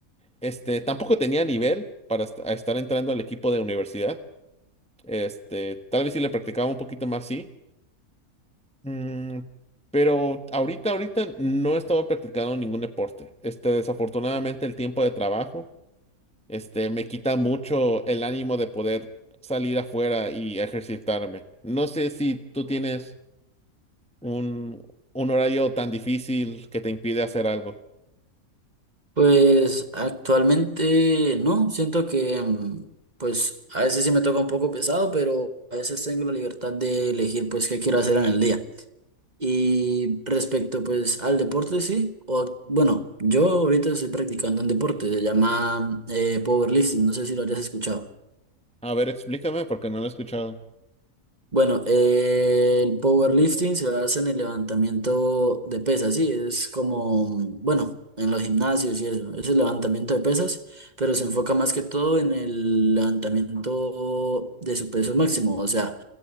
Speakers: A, in the centre; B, on the right.
A: Este, tampoco tenía nivel para est- a estar entrando al equipo de universidad. Este, tal vez si le practicaba un poquito más, sí. Mm, pero ahorita, ahorita no he estado practicando ningún deporte. Este, desafortunadamente el tiempo de trabajo. Este, me quita mucho el ánimo de poder salir afuera y ejercitarme. No sé si tú tienes un, un horario tan difícil que te impide hacer algo.
B: Pues actualmente no, siento que mm, pues a veces sí me toca un poco pesado, pero a veces tengo la libertad de elegir pues qué quiero hacer en el día. Y respecto pues al deporte sí, o a- bueno, yo ahorita estoy practicando un deporte, se llama eh, powerlifting, no sé si lo hayas escuchado.
A: A ver, explícame porque no lo he escuchado.
B: Bueno, eh, el powerlifting se basa en el levantamiento de pesas, sí, es como, bueno, en los gimnasios y eso, es el levantamiento de pesas, pero se enfoca más que todo en el levantamiento de su peso máximo, o sea,